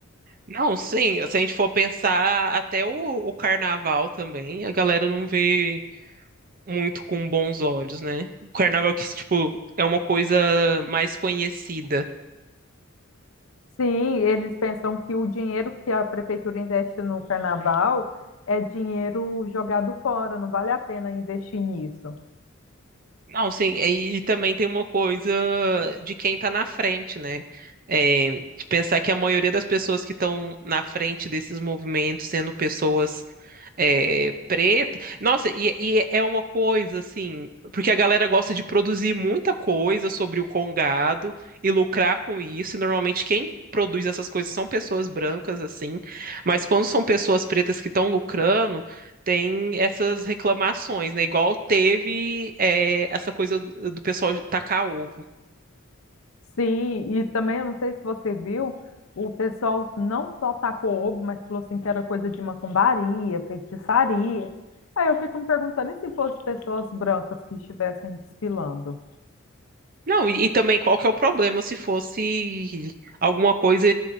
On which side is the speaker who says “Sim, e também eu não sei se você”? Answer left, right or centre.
Left